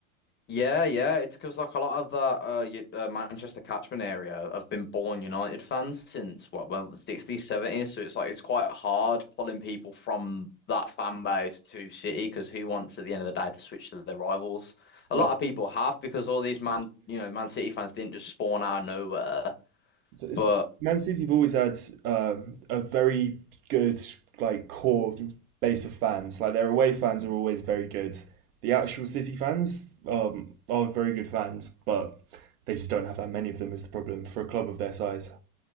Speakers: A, on the left; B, on the right.
A: yeah, yeah, it's because like a lot of the uh, you, uh Manchester catchment area have been born United fans since what, well, the 60s, 70s, so it's like it's quite hard pulling people from that fan base to City because who wants at the end of the day to switch to their rivals? A
B: Yeah,
A: lot of people have because all these Man, you know, Man City fans didn't just spawn out of nowhere,
B: So it's
A: but
B: Man City have always had uh, a very good like core base of fans. Like their away fans are always very good. The actual City fans um, are very good fans, but they just don't have that many of them is the problem for a club of their size.